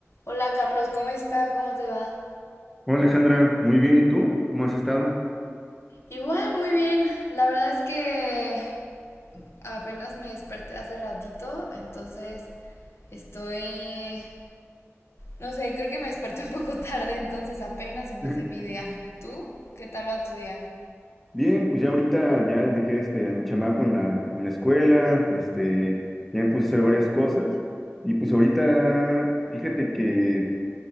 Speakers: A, on the left (about 60°); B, in the centre.
A: Hola Carlos, ¿cómo está? ¿Cómo te va?
B: Hola Alejandra, muy bien, ¿y tú? ¿Cómo has estado?
A: Igual, muy bien. La verdad es que apenas me desperté hace ratito, entonces estoy, no sé, creo que me desperté <laughs> un poco tarde, entonces apenas empecé
B: <laughs>
A: mi día. ¿Tú? ¿Qué tal va tu día?
B: Bien, pues ya ahorita ya dejé este a mi chamaco en la, en la escuela, este, ya me puse a hacer varias cosas y pues ahorita fíjate que